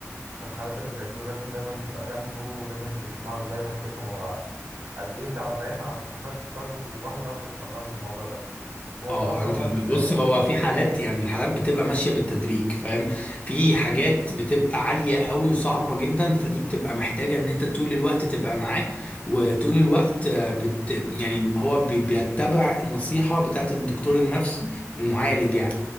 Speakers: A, on the right; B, on the left.
A: في الحالات اللي زي دي ولازم دايما تبقى جنبه ولازم تسمع له دايما وتفهم هو قد ايه تعبان عشان تعرف تساعده واحده واحده تطلعه من الموضوع ده الموضوع
B: اه
A: اللي
B: انا
A: هو
B: فاهمك
A: ال...
B: بص هو في حالات يعني الحالات بتبقى ماشيه بالتدريج فاهم في حاجات بتبقى عاليه قوي وصعبه جدا فدي بتبقى محتاجه ان انت طول الوقت تبقى معاه وطول الوقت آه، بت يعني هو بي- بيتبع النصيحه بتاعت الدكتور النفسي المعالج يعني